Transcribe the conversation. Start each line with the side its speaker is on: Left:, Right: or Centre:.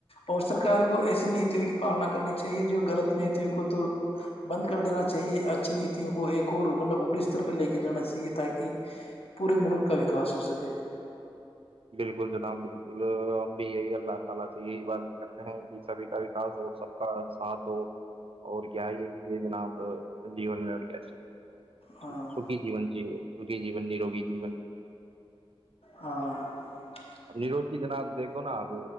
Left: اور سرک کو ایسی نیتیوں کی پالنا کرنی چاہیے جو غلط نیتیوں کو تو بند کر دینا چاہیے اچھی نیتیوں کو ایک <unintelligible> کو مطلب اوپری استر پہ لے کے جانا چاہیے تاکہ پورے ملک کا وکاس ہو سکے <unintelligible>
Right: <unintelligible> سکی جین چ <inaudible> سکھی جیون
Left: ہاں
Right: نروگی جیون
Left: ہاں <unintelligible>
Right: اب نیرو کی جناب دیکھو نا اپ